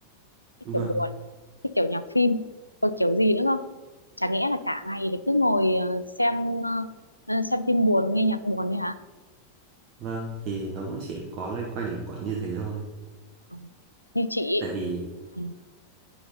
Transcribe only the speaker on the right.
vâng
vâng thì nó cũng chỉ có loanh quanh lục quận như thế thôi
tại vì